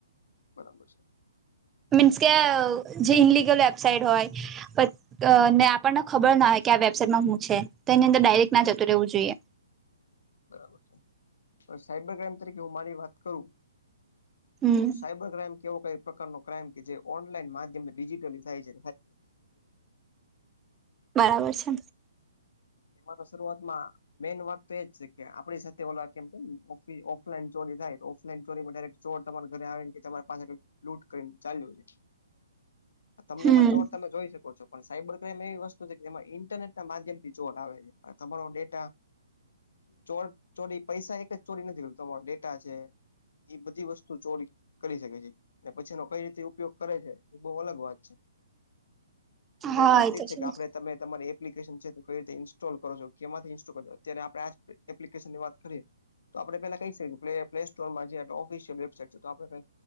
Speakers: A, on the left (about 55°); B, on the right (about 15°).
A: બરાબર છે.
B: મીન્સ કે જે ઇનલિગલ વેબસાઈટ હોય પ ને આપણને ખબર ના હો કે આ વેબસાાઈટમાં હું છે તો એની અંદર ડાયરેક્ટ ના જતો રહેવું જોઈએ
A: બરાબર છે હવે સાયબર ક્રાઈમ તરીકે હું મારી વાત કરું.
B: હમ
A: તો સાયબર ક્રાઈમ કેવો કઈ પ્રકાર ન ક્રાઈમ કે જે ઓનલાઈન માધ્યમે ડિજિટલી થાય છે.
B: બરાબર છે.
A: એમાં તો શરૂઆત માં મેઈન વાત તો એજ છે કે આપણી સાથે ઓ કેમ કે ઓફલાઈન ચોરી થાય તો ઓફલાઈન ચોરીમાં ડાયરેક. ચોર તમારા ઘરે આવે ને કે તમારી પાસે લૂટ કરીને ચાલ્યો છે. તમને
B: હમ
A: એમાં ચોર તમે જોઈ શકો છો. પણ સાયબર ક્રાઈઇમ એવી વસ્તુ છે કે જેમાં ઈન્ટરનેટ ના માધ્યમ થી જો આવે છે તમારો ડેટા. ચો ચોરી પૈસા એક જ ચોરી નથી કરતો તમારો ડેટા છે. એ બધી વસ્તુ ચોરી. કરી શકે છે અને પછી એનો કઈ રીતે ઉપયોગ કરે છે એ બહુ અલગ વાત છે. એટલે મેઈન
B: હા
A: વાત એ
B: તો
A: છે કે આપે
B: જ.
A: તમે તમારી એપ્લિકેશન છે. કઈ રીતે ઇન્સ્ટોલ કરો છો કેમાંથી ઇન્સ્ટોલ કરોજો અત્યારે આપણે એપ્લિકેશનની વાત કરીએ. તો આપણે પેલા ક શકીએ પ પ્લે સોરમાં જે ઓફિશિયલ વેબસાાઈટ છે તો આપણે કઈ.